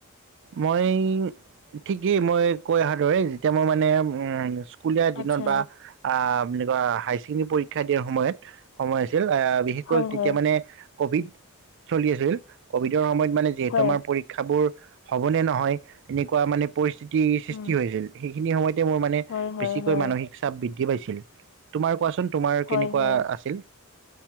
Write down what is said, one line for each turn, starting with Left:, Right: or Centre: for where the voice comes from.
Right: মই ঠিকেই, মই কৈ অআহাৰ দৰে। যেতিয়া, মই মানে, উম! স্কুলীয়া দিনত
Left: আচ্ছা
Right: বা আঁ বুলি কয়, হাইছেকেণ্ডৰী পৰীক্ষা দিয়াৰ সময়ত, সময় আছিল। বিশেষকৈ
Left: হয়
Right: তেতিয়া
Left: হয়
Right: মানে, ক'ভিড চলি আছিল। ক'ভিডৰ সময়ত মানে, যিহেতু
Left: হয়
Right: আমাৰ পৰীক্ষাবোৰ হ'বনে নহয়, এনেকুৱা মানে, পৰিস্থিতি তি সৃষ্টি
Left: উম
Right: হৈছিল। খিনি সময়ত মোৰ মানে
Left: হয় হয়
Right: বেছিকৈ
Left: হয়
Right: মানসিক চাপ বৃদ্ধি পাইছিল। তোমাৰ কোৱাচোন? তোমাৰ
Left: হয়
Right: কেনেকুৱা
Left: হয়
Right: আছিল?